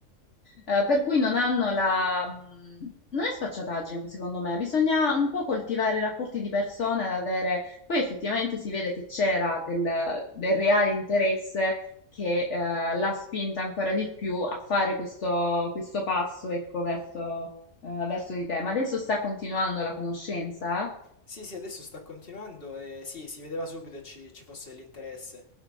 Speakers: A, on the left; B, on the left.
A: eh, per cui non hanno la... Non è sfacciataggine, secondo me, bisogna un po' coltivare i rapporti di persone, ad avere... Poi effettivamente si vede che c'era del, del reale interesse che eh, l'ha spinta ancora di più a fare questo, questo passo, ecco, verso, eh, verso di te. Ma adesso sta continuando la conoscenza?
B: Sì, sì, adesso sta continuando e sì, si vedeva subito che ci, ci fosse dell'interesse.